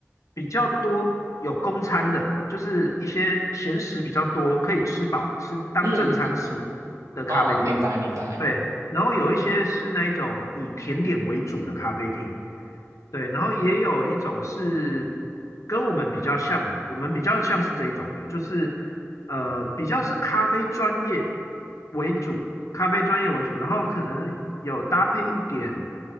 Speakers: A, on the left; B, on the right.
A: 比较多有公餐的，就是一些闲食比较多，可以吃饱吃当正餐吃的的咖啡厅，
B: 嗯，哦，明白明白。
A: 对。然后有一些是那一种以甜点为主的咖啡厅，对，然后也有一种是跟我们比较像，我们比较像是这一种的，就是呃比较是咖啡专业为主，咖啡专业为主，然后可能有搭配一点